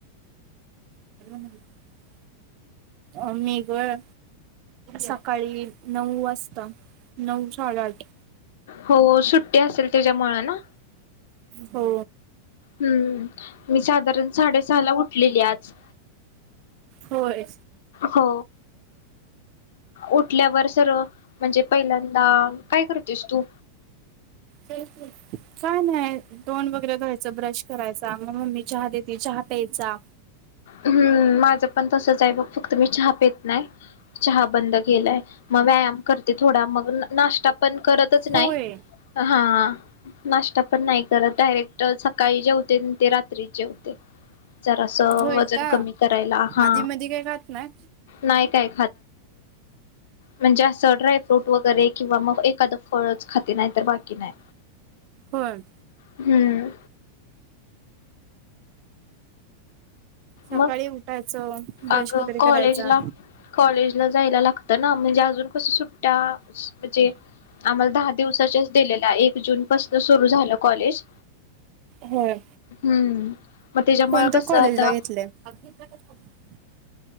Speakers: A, on the right; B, on the left.
A: <unintelligible> आ मी होय सकाळी नऊ वाजता नऊ साडेआठ
B: हो सुट असेल त्याच्यामुळं ना
A: हो
B: हम्म मी साध साडे सहाला उठलेली आज
A: होय
B: हो उठल्यावर सर्व म्हणजे पहिल्यांदा काय करतेस तू
A: काय नाही तोंड वगैरे धुवायच ब्रश करायचा मग ममी चहा देते चहा प्यायचा
B: हम्म माझं पण तसच आहे बघ फक्त मी चहा पेत नाही चहा बंद केलाय मग व्यायाम करते थोडा मग नाश्ता पण करतच नाही
A: होय
B: हा नाश्ता पण नाही करत डायरेक्ट सकाळी जेवते ते रात्रीचे जेवते जरासं
A: होय का
B: कमी करायला हा
A: आधी मधी काय खात नाय
B: नाही काय म्हणजे असं ड्रायफ्रूट वगैरे किंवा मग एखादं फळच खाते नाही तर बाकी नाही
A: होय
B: हम्म
A: सकाळी
B: मग
A: उठायचं ब्रश
B: अगं
A: वगैरे
B: कॉलेजला
A: करायचा.
B: कॉलेजला जायला लागतं ना म्हणजे अजून कसं सुट्टी म्हणजे आम्हाला दहा दिवसाच्याच दिलेल्या एक जून पासून सुरू झालं कॉलेज
A: होय
B: हम् मग त्याच्यामुळे
A: कोणत्या
B: कस
A: कॉलेजला
B: आता
A: <unintelligible>